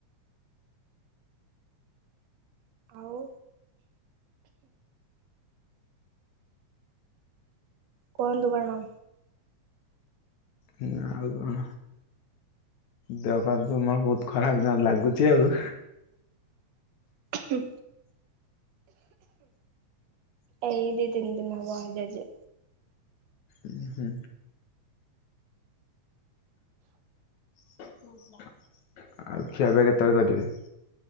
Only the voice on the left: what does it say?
ହଁ ଆଉ କଣ ଦେହପା ତ ମୋର ବହୁତ ଖରାପ ଲାଗୁଛି ଆଉ
ହୁଁ ହୁଁ ଆଉ ଖିଆ ପିଆ କେତେବେଳେ କରିବେ?